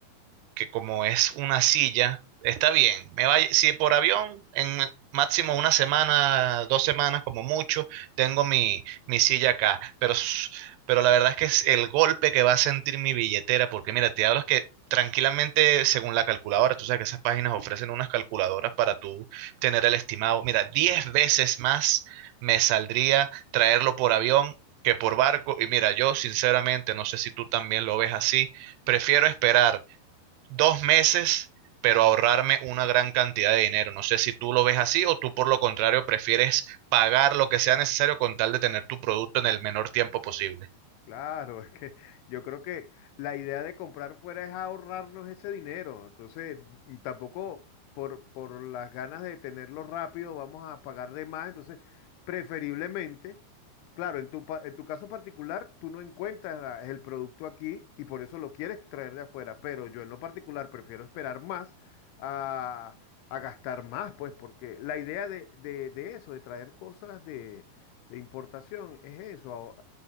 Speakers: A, on the right; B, on the left.
A: que como es una silla, está bien. Me va, si por avión, en máximo una semana, dos semanas como mucho, tengo mi, mi silla acá. Pero, s- pero la verdad es que es el golpe que va a sentir mi billetera, porque mira, te hablo es que tranquilamente, según la calculadora, tú sabes que esas páginas ofrecen unas calculadoras para tú tener el estimado. Mira, 10 veces más me saldría traerlo por avión. que por barco, y mira, yo sinceramente, no sé si tú también lo ves así, prefiero esperar dos meses, pero
B: <laughs>
A: ahorrarme una gran cantidad de dinero. No sé si tú lo ves así o tú por lo contrario prefieres pagar lo que sea necesario con tal de tener tu producto en el menor tiempo posible.
B: Claro, es que yo creo que la idea de comprar fuera es ahorrarnos ese dinero. Entonces, mm, tampoco por, por las ganas de tenerlo rápido vamos a pagar de más. Entonces, preferiblemente, claro, en tu, pa- en tu caso particular, tú no encuentras la- el producto aquí y por eso lo quieres traer de afuera. Pero yo en lo particular prefiero esperar más a, a gastar más, pues, porque la idea de, de de eso, de traer cosas de de importación es eso,